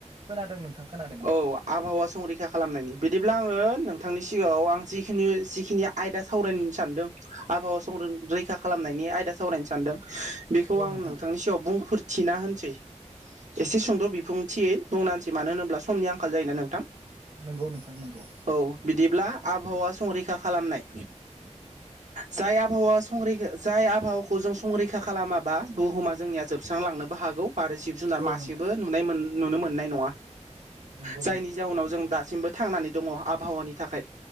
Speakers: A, on the right; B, on the right.
A: खोनादों नोंथां खोनादों
B: औ आब हावा संरैखा खालामनायनि बिदिब्ला आङो नोंथांनि सिगाङाव आं जिखिनि - जिखिनि आयदा सावरायनो सानदों आबहावा सं रैखा खालामनाय नि आयदा सावरायनो सानदों बेखौ
A: औ
B: आं
A: नोंथां
B: नोंथांनि सायाव बुंफोर थिना होनसै एसे सुंद' बिफुंथियै बुंना होनसै मानो होनोब्ला समनि आंखाल जायोना नोंथां
A: नंगौ नोंथां नंगौ
B: औ बिदिब्ला आबहावा संरैखा खालामनाय जाय आबहावा संरैखा जाय आबहावखौ जों संरैखा खालामाबा बुहुमा जोंनिया जोबस्रांलांनोबो हागौ आरो जिब - जुनार
A: औ
B: मासेबो
A: नोंथां
B: नुनाय नुनो मोननाय नङा
A: नोंगौ
B: जायनि जाउनाव जों दासिमबो थांनानै दङ आबहावानि थाखाय